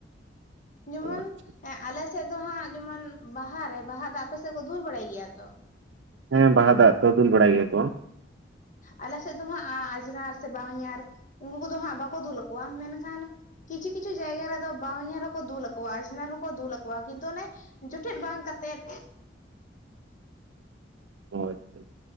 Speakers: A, on the left; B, on the right.
A: ᱡᱮᱢᱚᱱ
B: ᱚ ᱟᱪᱪᱷᱟ,
A: ᱟᱞᱮ ᱥᱮᱫ ᱫᱚ ᱦᱟᱸᱜ ᱡᱮᱢᱚᱱ ᱵᱟᱦᱟᱨᱮ ᱵᱟᱦᱟ ᱨᱮ ᱵᱟᱦᱟ ᱫᱟᱜ ᱟᱯᱮ ᱥᱮᱫ ᱠᱚ ᱫᱩᱞ ᱵᱟᱲᱟᱭ ᱜᱮᱭᱟ ᱛᱚ
B: ᱦᱮᱸ ᱵᱟᱦᱟ ᱫᱟᱜ ᱛᱚ ᱫᱩᱞ ᱵᱟᱲᱟᱭ ᱜᱮᱭᱟ ᱠᱚ
A: ᱟᱞᱮ ᱥᱮᱫ ᱫᱚ ᱦᱟᱸᱜ ᱟᱡᱱᱟᱨ ᱥᱮ ᱵᱟᱣᱦᱧᱟᱨ ᱩᱱᱠᱩ ᱠᱚᱫᱚ ᱦᱟᱸᱜ ᱵᱟᱠᱚ ᱫᱩᱞ ᱟᱠᱚᱣᱟ ᱢᱮᱱᱠᱷᱟᱱ ᱠᱤᱪᱷᱩᱼᱠᱤᱪᱩᱷ ᱡᱟᱭᱜᱟ ᱨᱮᱫᱚ ᱵᱟᱣᱦᱧᱟᱨ ᱦᱚᱠᱚ ᱫᱩᱞ ᱟᱠᱚᱣᱟ ᱟᱡᱽᱱᱟᱨ ᱦᱚᱸ ᱠᱚ ᱫᱩᱞ ᱟᱠᱚᱣᱟ ᱠᱤᱱᱛᱩ ᱚᱱᱮ ᱡᱚᱴᱮᱫ ᱵᱟᱝ ᱠᱟᱛᱮᱫ
B: ᱚ ᱟᱪᱪᱷᱟ,